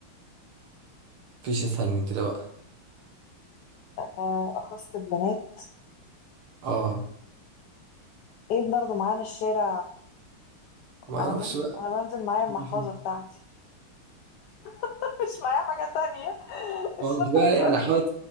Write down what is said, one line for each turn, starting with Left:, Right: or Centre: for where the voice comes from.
Right: مفيش أسهل من كده بقى
Left: آه أخص البنات
Right: اه
Left: ايه بناخده معانا الشارع
Right: ما أعرفش
Left: انا بن...
Right: بقى
Left: انا بنزل معايا المحفظة
Right: <laughs>
Left: بتاعتي <laughs> مش معايا حاجة تانية <laughs> الشنطة
Right: هو أنت بقى
Left: ما بيبقاش
Right: يعني حاول